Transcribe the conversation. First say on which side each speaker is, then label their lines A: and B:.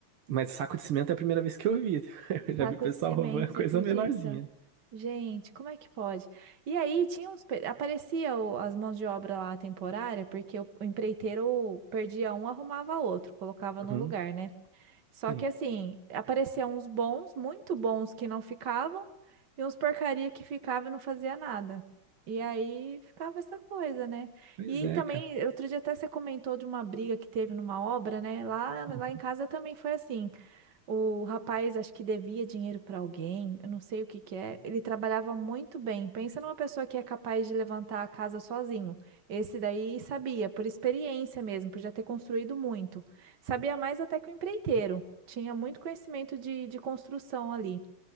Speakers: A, on the right (about 80°); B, on the right (about 55°).
A: Mas saco de cimento é a primeira vez que eu vi. <laughs> Eu já
B: Saco
A: vi o pessoal
B: de cimento,
A: roubando
B: você
A: coisa
B: acredita?
A: menorzinha.
B: Gente, como é que pode? E aí tinha uns, pe- aparecia o- as mãos de obra lá temporária, porque o, o empreiteiro perdia um, arrumava outro, colocava no
A: Uhum,
B: lugar, né? Só
A: sim.
B: que assim, apareciam uns bons, muito bons que não ficavam, e uns porcaria que ficava e não fazia nada. E aí ficava essa coisa, né?
A: Pois
B: E
A: é,
B: também,
A: cara.
B: outro dia até você comentou de uma briga que teve numa obra, né? Lá, lá
A: Uhum.
B: em casa também foi assim. O rapaz, acho que devia dinheiro para alguém, eu não sei o que que é. Ele trabalhava muito bem. Pensa numa pessoa que é capaz de levantar a casa sozinho. Esse daí sabia, por experiência mesmo, por já ter construído muito. Sabia mais até que o empreiteiro. Tinha muito conhecimento de, de construção ali.